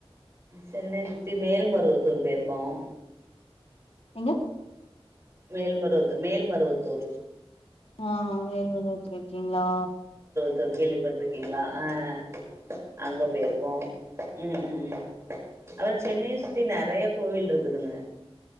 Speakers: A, on the right; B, on the left.
A: சென்னை சுத்தி மேல்மருவத்தூர் போய்ருக்கோம்
B: எங்க
A: மேல்மருவத்தூர் மேல்மருவத்தூர்
B: ஆஹ் மேல்மருவத் ஓக்கேங்ளா
A: தூர் கேள்விப்பட்ருக்கீங்ளா ஆஹ் அங்க போயிருக் உம் உம் உம் உம் அதா சென்னைய சுத்தி நெறைய கோவில் இருக்குதுங்க